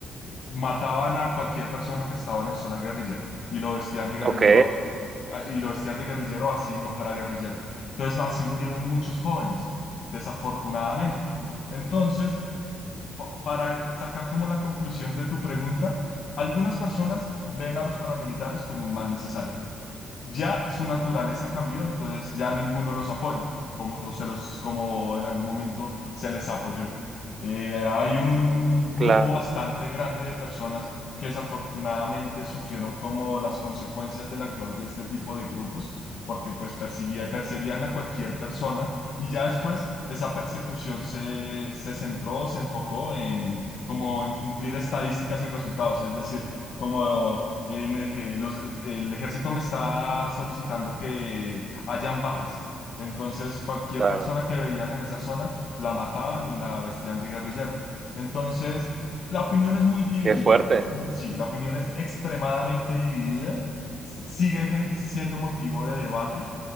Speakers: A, on the left (about 60°); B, on the right (about 40°).
A: Eh, Mataban a cualquier persona que estaban en zona guerrillera y lo vestían de guerrillero
B: Ok,
A: a- a- y lo vestían de guerrillero así no fuera guerrillero. Entonces, así murieron muchos jóvenes, desafortunadamente. Entonces, pa- para sacar como la conclusión de tu pregunta, algunas personas ven a los paramilitares como un mal necesario ya su naturaleza cambió, entonces ya ninguno los apoya, como, los, se los- como en algún momento se les apoyó. Eh, hay un grupo
B: claro,
A: bastante grande de personas que desafortunadamente sufrieron como las consecuencias del actuar de este tipo de grupos, porque pues perseguía, perseguían a cualquier persona y ya después esa persecución se, se centró, se enfocó en como en cumplir estadísticas y resultados, es decir, como en, eh, los- el ejército me está solicitando que hayan bajas. Entonces, cualquier
B: claro.
A: persona que veían en esa zona la mataban y la vestían de guerrillero. Entonces, la opinión es muy dividida.
B: Qué fuerte.
A: Mu- Sí, la opinión es extremadamente dividida. S- Sigue gen- siendo motivo de debate,